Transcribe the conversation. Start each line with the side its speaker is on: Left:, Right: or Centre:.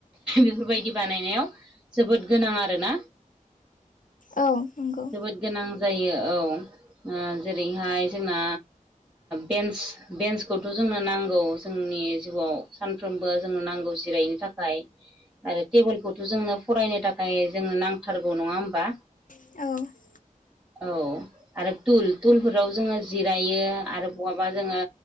Centre: बेफोरबायदि बानायनायाव जोबोद गोनां आरोना
Left: औ नंगौ
Centre: जोबोद गोनां जायो औ जेरैहाय जोंना बेन्स बेन्सखौथ' जोंनो नांगौ जोंनि जिउआव सानफ्रोमबो जोंनो नांगौ जिराय नो थाखाय आरो टेबोलखौथ' जोंनो फरायनो थाखाय जोंनो नांथारगौ नङा होमबा
Left: औ
Centre: औ आरो तुल तुलफोराव जोंङो जिरायो आरो बहाबा जोंङो